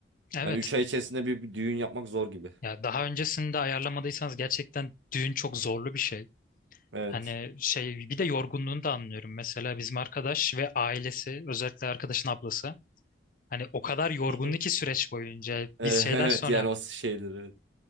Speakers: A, on the left; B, on the right.
A: Evet.
B: Hani üç ay içerisinde bir, bir düğün yapmak zor gibi.
A: Ya daha öncesinde ayarlamadıysanız gerçekten düğün çok zorlu bir şey.
B: Evet.
A: Hani şey bir de yorgunluğunu da anlıyorum. Mesela bizim arkadaş ve ailesi özellikle arkadaşın ablası hani o kadar yorgundu
B: <laughs> Hı
A: ki süreç boyunca
B: <laughs> Evet
A: biz şeyden sonra
B: yani o şeyleri.